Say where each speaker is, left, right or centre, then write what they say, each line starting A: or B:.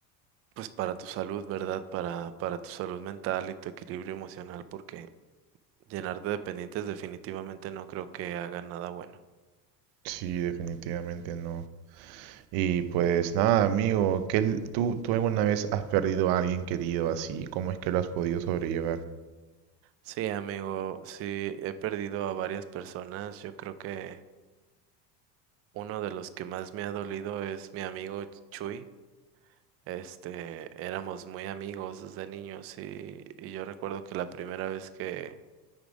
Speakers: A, on the right; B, on the right.
A: pues para tu salud, ¿verdad? Para, para tu salud mental y tu equilibrio emocional, porque llenarte de pendientes definitivamente no creo que haga nada bueno.
B: Sí, definitivamente no. Y pues nada, amigo, ¿qué l- tú, tú alguna vez has perdido a alguien querido así? ¿Cómo es que lo has podido sobrellevar?
A: Sí, amigo, sí, he perdido a varias personas. Yo creo que uno de los que más me ha dolido es mi amigo Chuy. Este, éramos muy amigos desde niños y, y yo recuerdo que la primera vez que,